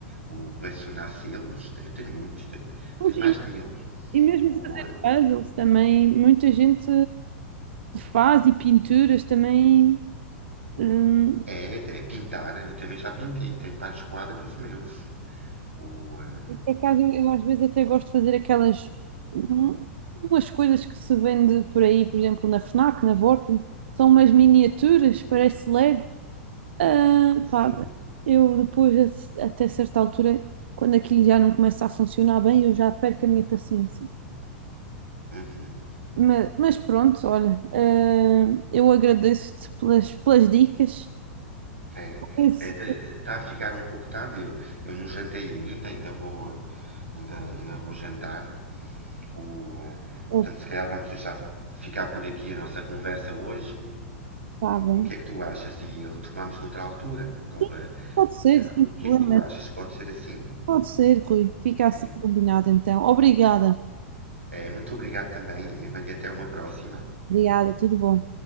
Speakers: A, on the right (about 80°); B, on the right (about 60°).
A: O colecionar selos, eu tenho muitos, tenho, tenho mais
B: e
A: de mil.
B: e mesmo
A: O,
B: fazer
A: uh,
B: puzzles também, muita gente faz e pinturas também. Hum,
A: é, é, pintar, eu também já pintei, tenho vários quadros meus. O, uh,
B: por acaso eu, eu às vezes até gosto de fazer aquelas hum, umas coisas que se vende por aí, por exemplo, na FNAC, na Vorten, são umas miniaturas, parece Lego, Ah,
A: sim,
B: pá, eu depois, a até certa altura, quando aquilo já não começa a funcionar bem, eu já perco a minha paciência.
A: uhum.
B: Mas, mas pronto, olha, ah, eu agradeço-te pelas, pelas dicas.
A: É,
B: Esse-
A: está a ficar um pouco tarde. Eu, eu não jantei ainda, ainda vou, eh, ainda, ainda vou jantar. O, eh, portanto,
B: Oh,
A: se calhar vamos deixar ficar por aqui a nossa conversa hoje.
B: tá bem.
A: O que é que tu achas? E retomamos noutra altura. Com,
B: Sim,
A: eh,
B: pode ser, sem
A: o que
B: problema.
A: é que tu achas? Pode ser assim?
B: Pode ser, Rui. Fica assim
A: É,
B: combinado então. Obrigada.
A: É, muito obrigado também, Emma, e até uma próxima.
B: Obrigada, tudo bom.